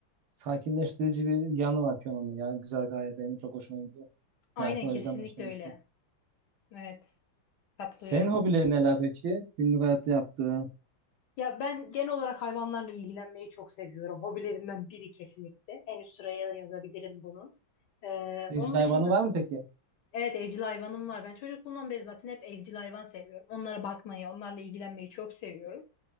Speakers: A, on the right (about 80°); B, on the left (about 70°).
A: sakinleştirici bir yanı var piyanonun. Yani güzel gayet benim çok hoşuma gidiyor.
B: Aynen
A: Zaten o
B: kesinlikle
A: yüzden başlamıştım.
B: öyle. Evet, katılıyorum.
A: Senin hobilerin neler peki? Günlük hayatta yaptığın.
B: Ya ben genel olarak hayvanlarla ilgilenmeyi çok seviyorum. Hobilerimden biri kesinlikle. En üst sıraya da yazabilirim bunu. Ee,
A: Evcil
B: onun
A: hayvanı
B: dışında
A: var mı peki?
B: evet evcil hayvanım var. Ben çocukluğumdan beri zaten hep evcil hayvan seviyorum. Onlara bakmayı, onlarla ilgilenmeyi çok seviyorum.